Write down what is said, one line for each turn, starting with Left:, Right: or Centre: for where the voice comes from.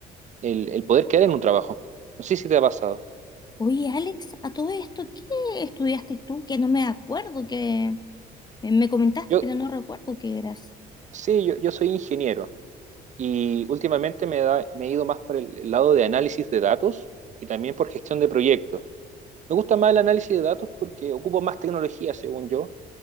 Right: el, el poder quedar en un trabajo. No sé si te ha pasado.
Left: Oye, Alex, a todo esto, ¿qué estudiaste tú? Que no me acuerdo que eh, me comentaste,
Right: Yo,
Left: pero no recuerdo qué eras.
Right: sí, yo, yo soy ingeniero y últimamente me, da- me he ido más por el lado de análisis de datos y también por gestión de proyectos. Me gusta más el análisis de datos porque ocupo más tecnología, según yo,